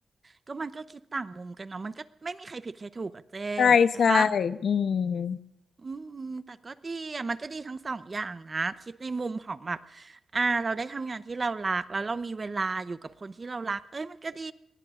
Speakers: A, on the right; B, on the left.
A: ก็มันก็คิดต่างมุมกันเนาะมันก็ไม่มีใครผิดใครถูกอะเจ้
B: ใช่ใช่
A: ใช่ปะ
B: อืม
A: อืมแต่ก็ดีอ่ะมันก็ดีทั้งสองอย่างนะคิดในมุมของแบบอ่าเราได้ทำงานที่เรารักแล้วเรามีเวลาอยู่กับคนที่เรารักเอ้ยมันก็ดี